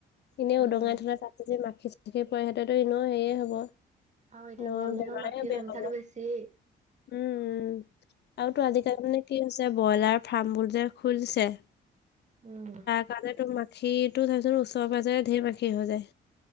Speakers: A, on the left; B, on the right.
A: এনেই
B: উম
A: উদঙাই থলে তাত যে মাখি। সি পায় সিতেতো ইনেও সেয়ে হ'ব।
B: আৰু এতিয়া
A: ন
B: গৰম দিনৰ
A: বেমাৰে
B: মাখিৰ
A: বেয়া
B: সংখ্যাটো
A: হ'ব,
B: বেছিয়েই
A: উম্ আৰু তো আজিকালি। তাৰমানে কি হৈছে, ব্ৰইলাৰ ফাৰ্ম বোৰ যে খুলিছে।
B: উম্,
A: ত মাখিটো চাবিছোন, ওচৰে পাজৰে ধেৰ মাখি হৈ যায়।